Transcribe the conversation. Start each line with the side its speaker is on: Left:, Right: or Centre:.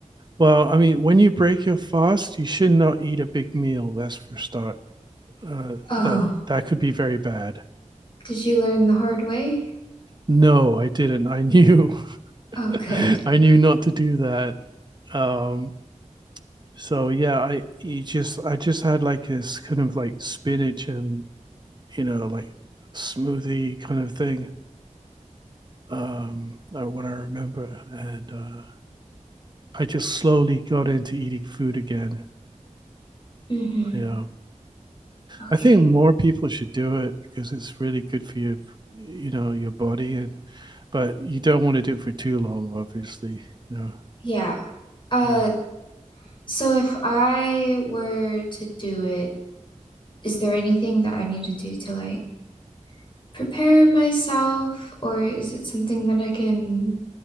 Right: well i mean when you break your fast you should not eat a big meal that's for start uh,
Left: Oh,
Right: that that could be very bad.
Left: did you learn the hard way?
Right: No, I didn't. I knew,
Left: Oh,
Right: <laughs>
Left: good.
Right: I knew not to do that. Um, so yeah, I you just I just had like this kind of like spinach and you know like smoothie kind of thing. Um, or what I remember, and uh, I just slowly got into eating food again.
Left: Mm-hmm.
Right: Yeah,
Left: Okay.
Right: I think more people should do it because it's really good for your, you know, your body, and but you don't want to do it for too long, obviously. You know,
Left: Yeah. Uh,
Right: Yeah.
Left: so if I were to do it, is there anything that I need to do to like prepare myself, or is it something that I can